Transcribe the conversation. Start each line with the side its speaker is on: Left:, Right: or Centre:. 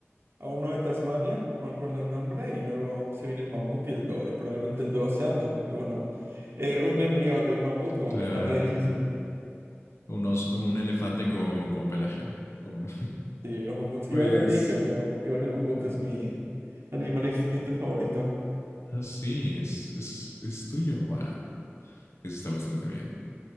Right: a uno de Tasmania, no me acuerdo el nombre, y luego se viene el mamut y el dodo, y probablemente el dodo sea antes, porque bueno, eh, un embrión de un mamut como
Left: Claro.
Right: que está más difícil.
Left: Unos, un elefante con, con pelaje, ¿no? Con,
Right: Sí, los mamuts.
Left: <laughs> pues...
Right: Igual no te dije, pero igual el mamut es mi animal extinto favorito.
Left: Así es, es, es tuyo, va. Eso está bastante bien.